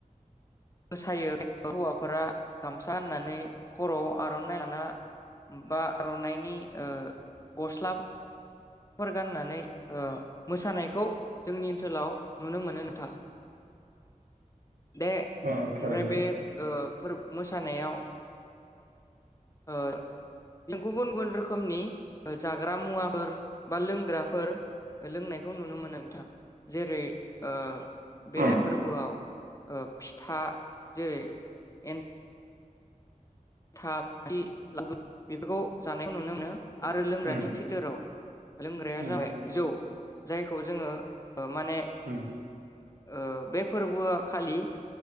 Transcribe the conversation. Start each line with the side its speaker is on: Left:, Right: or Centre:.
Left: मोसायो हौवाफोरा गामसा होननानै खरआव आरनाइ लाना बा आरनाइनि ओ गस्लाफ फोर गान्नानै ओ मोसानायखौ जोंनि ओनसोलाव नुनो मोनो नोंथां। बे
Right: अ थारैनो
Left: ओमफ्राय बेब ओ फोरब मोसानायाव <inaudible> ओ गुबुन गुबुन रोखोमनि जाग्रा मुवाफोर बा लोंग्राफोर लोंनायखौ नुनो मोनो नोंथां जेरै ओ बे
Right: उम
Left: फोरबोआव फिथा जेरै एन थाब फि लादु बेफोरखौ जानायखौ नुनो मोनो। आरो लोंग्रानि
Right: उम
Left: बिथोराव लोंग्राया
Right: उम
Left: जाबाय जौ जायखौ जोङो ओ माने
Right: उम
Left: ओ बे फोरबोआ खालि